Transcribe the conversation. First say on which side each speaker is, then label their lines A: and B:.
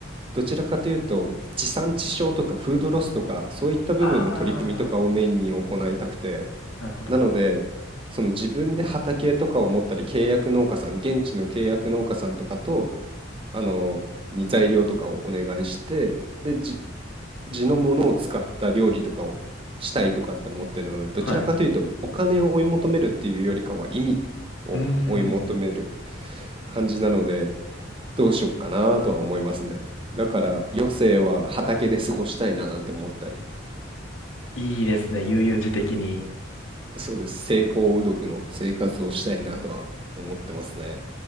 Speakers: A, on the right; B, on the left.
A: どちらかというと、地産地消とかフードロスとか、そういった部分の取り組みとかをメインに行いたくて、
B: ああ、なるほど。
A: なので、その自分で畑とかを持ったり、契約農家さん、現地の契約農家さんとかと、あの、に材料とかをお願いして、で、じ地のものを使った料理とかをしたいとかって思ってるので、どちらかというと、
B: はい。
A: お金を追い求めるっていうよりかは、意味を追い求める
B: うーん。
A: 感じなので、どうしよっかなとは思いますね。だから、余生は畑で過ごしたいななんて思ったり。
B: いいですね、悠々自適に。
A: そうです。成功うどくの生活をしたいなとは思ってますね。